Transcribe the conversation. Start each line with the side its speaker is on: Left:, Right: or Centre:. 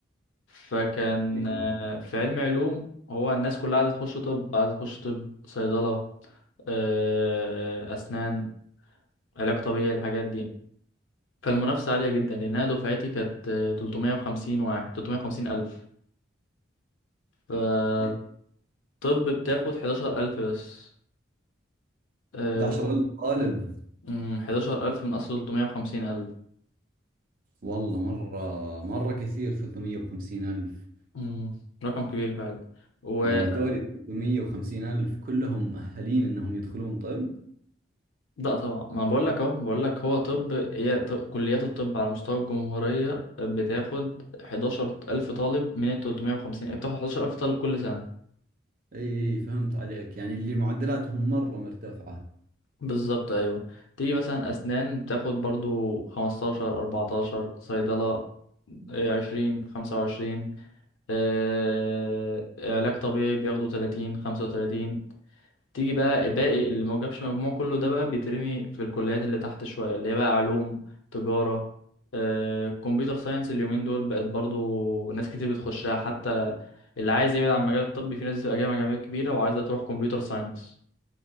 Left: فكان
Right: اي
Left: آه، في علم علوم هو الناس كلها عايزة تخش طب عايزة تخش طب صيدلة آه، أسنان علاج طبيعي الحاجات دي فالمنافسة عالية جدا لأنها دفعتي كانت آه، 350 واحد 350 ألف فالطب
Right: اي
Left: بتاخد 11 ألف بس آه،
Right: 11000 طالب
Left: أمم، 11 ألف من أصل 350 ألف
Right: والله مرة مرة كثير 350 ألف
Left: أمم، رقم كبير فعلا و
Right: يعني ذولي 350 ألف كلهم مؤهلين إنهم يدخلون طب
Left: لا طبعا ما بقول لك اهو بقول لك هو طب هي ط... كليات الطب على مستوى الجمهورية بتاخد 11000 طالب من ال 350 بتاخد 11000 طالب كل سنة
Right: اي اي فهمت عليك يعني اللي معدلاتهم مرة مرتفعة
Left: بالظبط ايوه تيجي مثلا اسنان بتاخد برضو 15 14 صيدلة إيه، 20 25 آه... علاج طبيعي بياخدوا 30 35 تيجي بقى باقي اللي ما جابش مجموع كله ده بقى بيترمي في الكليات اللي تحت شوية اللي هي بقى علوم تجارة آه، كمبيوتر ساينس اليومين دول بقت برضو ناس كتير بتخشها حتى اللي عايز يبعد عن المجال الطبي في ناس بتبقى جايه مجاميع كبيرة وعايزة تروح كمبيوتر ساينس